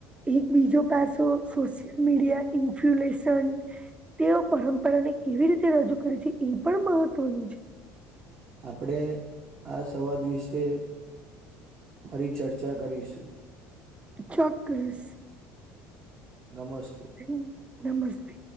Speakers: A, on the right; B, on the right.
A: એક બીજો પાસો સોશિયલ મીડિયા ઇન્ફ્યુલેશન તેઓ પરંપરાને કેવી રીતે રજૂ કરે છે એ પણ મહત્વનું છે
B: આપણેે આ સંવાદ વિશે ફરી ચર્ચા કરીશું
A: ચોક્કસ
B: નમસ્તે
A: હ નમસ્તે